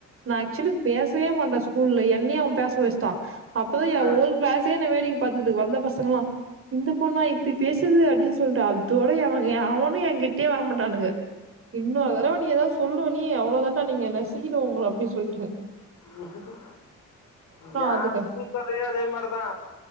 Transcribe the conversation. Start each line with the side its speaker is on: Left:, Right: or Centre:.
Right: நா ஆக்சுவலி பேசவே மாட்டே ஸ்கூல்ல என்னயே அவ பேச வெச்ட்டா அப்பதா எ
Left: ஆ
Right: ஓல் க்ளாசே என்ன வேடிக்க பாத்தது வந்த பசங்கங்கலா இந்த பொண்ணா இப்டி பேசுது அப்டீன்னு சொல்ற அதோட எவ எவனோ ஏ கிட்டயே வரமாட்டானுங்க இன்னோரு தடவ நீ எதாவ சொல்லுவ நீ அவ்வளோ தாண்டா நீங்க நசிங்கிடுவ உங்கள அப்டின்னு சொல்ட்ட
Left: உஹம் ஏ
Right: அதுக்கா
Left: ஸ்கூல் கதையோ அதே மாதிரிதா